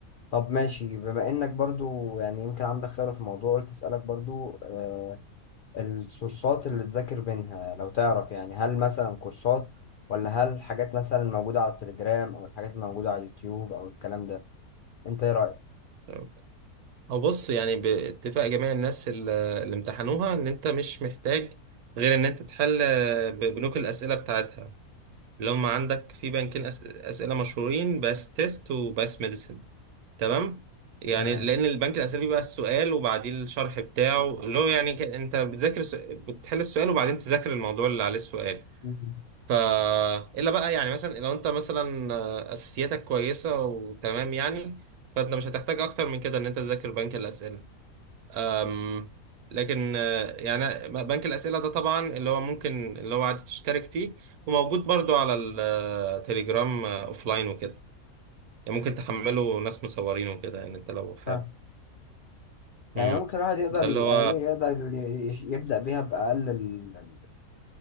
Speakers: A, on the left; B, on the right.
A: طب ماشي بما انك برضو يعني يمكن عندك خبرة في الموضوع قلت اسألك برضو آه السورسات اللي تذاكر منها لو تعرف يعني هل مثلا كورسات ولا هل حاجات مثلا موجودة على التليجرام او الحاجات الموجودة على اليوتيوب او الكلام ده انت ايه رأيك؟
B: تمام. او بص يعني باتفاق جميع الناس ال- اللي امتحنوها ان انت مش محتاج غير ان انت تحل ب- بنوك الاسئله بتاعتها اللي هم عندك في بنكين أس- اسئله مشهورين باس تيست وباس ميديسن تمام يعني
A: تمام
B: لان البنك الاسئله بيبقى السؤال وبعديه الشرح بتاعه اللي هو يعني ك- انت بتذاكر الس- بتحل السؤال وبعدين تذاكر الموضوع اللي عليه السؤال
A: مم.
B: ف الا بقى يعني مثلا لو انت مثلا آه، اساسياتك كويسه وتمام يعني فانت مش هتحتاج اكتر من كده ان انت تذاكر بنك الاسئله أم، لكن آه، يعني بنك الاسئله ده طبعا اللي هو ممكن اللي هو عادي تشترك فيه وموجود برضو على التليجرام لاين وكده يعني ممكن تحمله ناس مصورينه وكده يعني انت لو حابب
A: فاهم يعني
B: امم
A: ممكن الواحد يقدر
B: ده اللي
A: ي-
B: هو
A: يعني إيه يقدر ي- يش- يبدأ بيها بأقل ال-